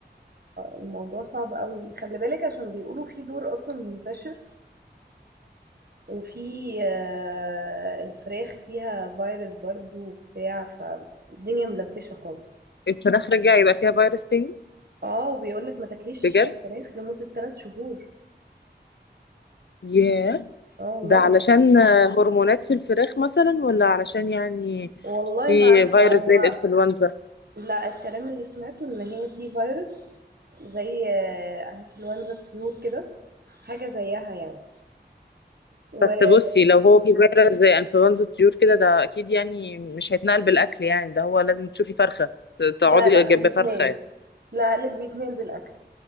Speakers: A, on the right; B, on the left.
A: الموضوع صعب قوي خلي بالك عشان بيقولوا في دور اصلا منتشر وفي آه، الفراخ فيها فيروس برضو وبتاع فالدنيا ملبشة خالص
B: الفراخ رجع يبقى فيها فيروس تاني
A: اه وبيقولك ما تاكليش
B: بجد
A: فراخ لمدة ثلاث شهور
B: ياه
A: اه والله
B: ده علشان آه، هرمونات في الفراخ مثلا ولا علشان يعني
A: والله
B: في
A: ما عارفة
B: فيروس
A: هو
B: زي الانفلونزا
A: لا الكلام اللي سمعته ان هي في فيروس زي آه، انفلونزا الطيور كده حاجة زيها يعني ولا
B: بس بصي لو هو في فيروس زي انفلونزا الطيور كده ده اكيد يعني مش هيتنقل بالاكل يعني ده هو لازم تشوفي فرخه ت- تقعدي
A: لا
B: جنب
A: بيتنقل
B: فرخه يعني
A: لا قالك بيتنقل بالاكل